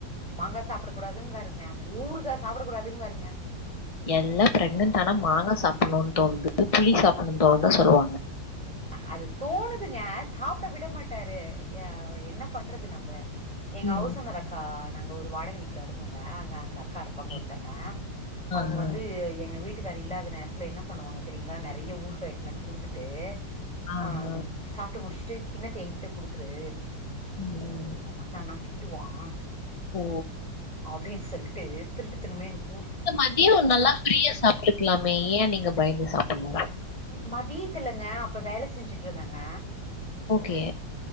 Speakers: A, on the right; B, on the left.
A: மாங்கா சாப்டக்கூடாதுன்னுவாருங்க ஊருகா சாப்டக்கூடாதுன்னுவாருங்க
B: எல்லாம் பிரெகனன்ட் ஆனா மாங்க சாப்டணுன்னு தோணுது புளி சாப்டணும்னு தோணுது தா சொல்லுவாங்க
A: ஹ அது தோணுதுங்க சாப்ட விடமாட்டாரு யா என்ன பண்றது நம்ப எங்க
B: ம்.
A: ஹவுஸ் ஓனர் அக்கா நாங்க ஒரு வாடக வீட்ல இருந்தோங்க அங்க அந்த அக் காருப்பாங்க
B: ஓகே.
A: ஒர்த்தங்க அவுங்க
B: ஆ, ஆ.
A: வந்து எங்க வீட் வீட்டுக்காரு இல்லாத நேரத்ல என்ன பண்ணுவாங்க தெரிங்களா நெறய ஊறுகா எட்னு வந்து குடுத்துட்டு
B: ஆஹா.
A: ஆம் சாப்ட்டு முஷ்ட்டு கின்னத்த எங்கிட்ட குடுத்துரு
B: ம்.
A: அவன் வந்தான்னா கேப் டுவான்
B: ஓ
A: அப்டின் சொல்ட்டு திருட்டு தனமே எனக்
B: மதியோ நல்லா ஃப்ரீயா சாப்ட்டுருக்கலாமே ஏ நீங்க பயந்து சாப்புட்னு
A: மதியத்துலங்க அப்ப வேல செஞ்சுட்ருந்தங்க
B: ஓக்கே